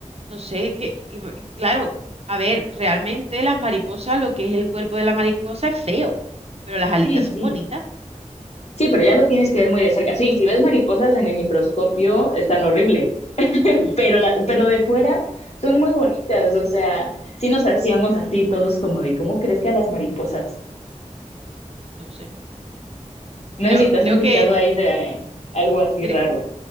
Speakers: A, on the right (about 50°); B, on the left (about 55°).
A: no sé, que, y b- claro, a ver, realmente las mariposas, lo que es el cuerpo de la mariposa es feo, pero las alitas
B: Sí, sí.
A: son bonitas.
B: Sí, pero ya lo tienes que ver muy de cerca. Sí, si ves mariposas en el microscopio, están horribles,
A: Ujú.
B: pero, la, pero de fuera son muy bonitas, o sea, sí nos hacíamos así todos como de cómo crees que a las mariposas.
A: No sé.
B: No
A: Creo,
B: sé si te
A: creo
B: has escuchado
A: que,
B: ahí de eh, algo así
A: cre-
B: raro,